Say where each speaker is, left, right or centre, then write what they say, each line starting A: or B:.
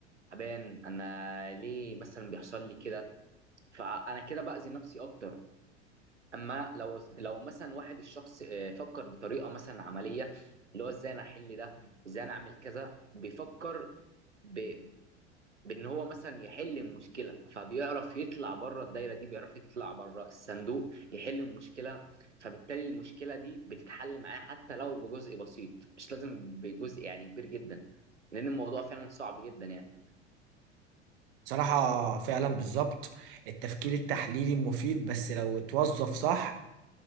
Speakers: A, on the right; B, on the right.
A: تعبان انا ليه مثلا بيحصل لي كده فانا كده باذي نفسي اكتر اما لو لو مثلا واحد الشخص آه، فكر بطريقه مثلا عمليه اللي هو ازاي انا احل ده ازاي انا اعمل كذا بيفكر ب... بان هو مثلا يحل المشكله فبيعرف يطلع بره الدايره دي بيعرف يطلع بره الصندوق يحل المشكله فبالتالي المشكله دي بتتحل معاه حتى لو بجزء بسيط مش لازم بجزء يعني كبير جدا لان الموضوع فعلا صعب جدا يعني
B: صراحة فعلا بالظبط التفكير التحليلي مفيد بس لو اتوظف صح